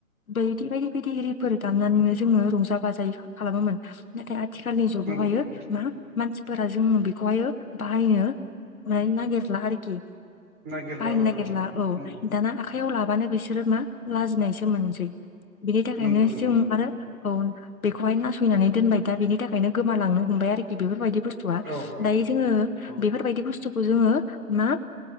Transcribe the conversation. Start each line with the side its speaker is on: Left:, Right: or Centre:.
Left: बायदि बायदि बायदि रिफोर दाननानैनो जोङो रंजा बाजाय खालामोमोन नाथाय आथ थिखालनि जुगावहायो
Right: नंगौ नंगौ
Left: मा मानसि फोरा जोंङो बेखौहाय बाहायनो माने नागिरला आरोखि।
Right: नागिरला
Left: बाहायनो
Right: औ
Left: नागिरला औ
Right: नंगौ
Left: दाना आखाइयाव लाबानो बेसो बिसोर मा लाजिनायसो मोनसै बिनि थाखायनो
Right: नंगौ नंगौ
Left: जों आरो औ बेखौहाय नासयनानै दोनबाय दा बेनि थाखायनो गोमालांनो हमबाय आरोखि बेफोरबायदि बुसतुआ
Right: औ औ
Left: दायो जोङो
Right: औ
Left: बेफोरबायदि बुसथुखौ जोङो मा